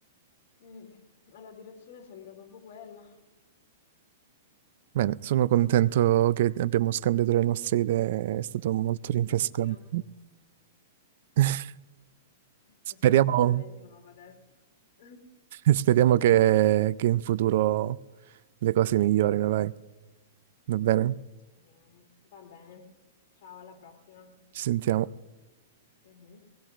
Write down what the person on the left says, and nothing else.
mm, la direzione sembra proprio quella.
Mm,
anch'io.
Possiamo
parlarne di nuovo adesso. <laughs>
Mm, speriamo. Va bene. Ciao, alla prossima.
Mhm.